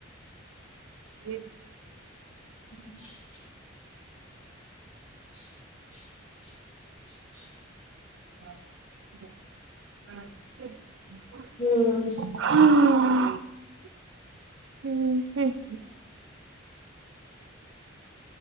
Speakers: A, on the right; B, on the left.
A: ଏ
B: <unintelligible> <inaudible>
A: ହ ହଁ ହ
B: ହୁଁ
A: ହୋ ହୁଁ ହୁଁ